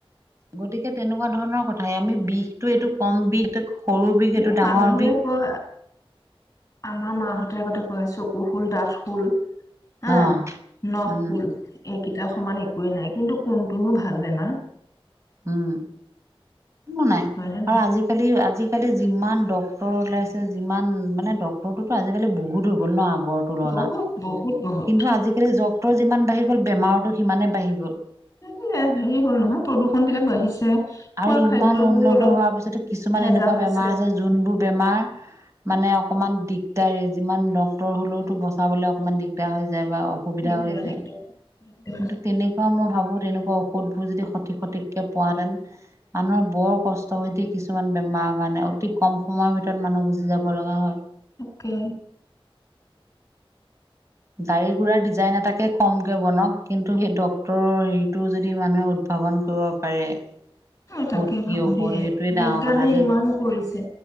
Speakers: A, on the right (about 30°); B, on the left (about 30°).
A: গতিকে তেনেকুৱা ধৰণৰ কথাই, আমি বিষটো এইটো কম বিষ, এইটো সৰু বিষ,
B: এনে
A: এইটো ডাঙৰ
B: মানুহে
A: বিষ
B: কয় আমাৰ মাহঁতে আগতে কয়, চকু শুল, দাঠ শুল হা,
A: অ
B: নখ
A: উম
B: শুল। এইকেইটা সমান একোৱে নাই, কিন্তু কোনটোনো ভাল বেমা?
A: উম', কোনো নাই
B: হয় নে নহয়?
A: আৰু আজি আজিকালি আজিকালি যিমান ডক্তৰ ওলাইছে যিমান মানে ডক্তৰটোতো আজিকালি বহুত হৈ গ'ল ন' আগত তুলনাত।
B: বহুত বহুত বহুত
A: কিন্তু আজিকালি ডক্তৰ যিমান বাঢ়ি গ'ল বেমাৰতো সিমানে বাঢ়ি গ'ল।
B: তাকে হে হেৰি হ'ল নহয় প্ৰদূষণ বিলাক বাঢ়িছে। খোৱা
A: আৰু ইমান
B: খাদ্যবোৰ
A: উন্নত
B: অলপ
A: হোৱাৰ পিছত কিছুমান
B: ভেজাল
A: এনেকুৱা
B: হৈছে
A: বেমাৰ আছে যোনবোৰ বেমাৰ মানে অকণমান দিগদাৰেই, যিমান ডক্তৰ হ'লেওতো বচাবলে অকণমান দিগদাৰ হৈ যায় বাও অসুবিধা
B: দিগদাৰ
A: হৈ যায়
B: দিগদাৰ
A: কিন্তু
B: দিগদাৰ।
A: তেনেক ত' মই ভাবোঁ তেনেকুৱা ঔষধবোৰ যদি সঠিক সঠিককৈ পোৱাতেন। মানুহৰ বৰ কষ্ট হয় দেই কিছুমান বেমাৰৰ কাৰণে, অতি কম সময়ৰ ভিতৰত মানুহ গুচি যাব লগা হয়।
B: তাকে
A: গাড়ী ঘোৰাৰ ডিজাইন এটাকে কমকে বনাওক কিন্তু সেই ডক্তটৰৰ হেৰিতটো যদি মানুহে ভাৱন কৰিব পাৰে।
B: হয়
A: ক'ত
B: তাকে
A: কি
B: ভাবো
A: ঔষধ
B: দেই,
A: সেইটোৱে ডাঙৰ
B: বিজ্ঞানে
A: কথা দেই।
B: ইমান কৰিছে।